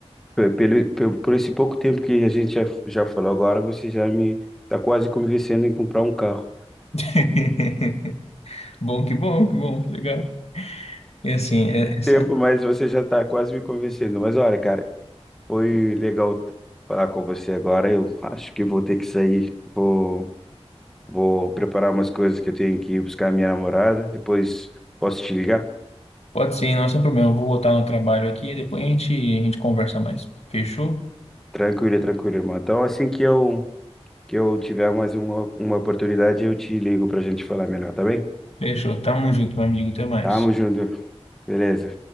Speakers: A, in the centre; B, on the left (about 70°).
A: Pe- Pelo, pe- por esse pouco tempo que a gente já, já falou agora, você já me está quase convencendo em comprar um carro.
B: <laughs> Bom, que bom, que bom, que legal. E assim, é- essa,
A: Tempo, mas você já está quase me convencendo. Mas olha, cara, Foi legal t- falar com você agora. Eu acho que vou ter que sair. Vou, vou preparar umas coisas que eu tenho que ir buscar a minha namorada. Depois posso te ligar?
B: pode ser, não é só problema. Eu vou voltar no trabalho aqui e depois a gente, a gente conversa mais. Fechou?
A: Tranquilo, tranquilo, irmão. Então, assim que eu que eu tiver mais uma, uma oportunidade, eu te ligo pra gente falar melhor, tá bem?
B: Fechou. Tamo junto, meu amigo. Até mais.
A: Tamo junto. Beleza.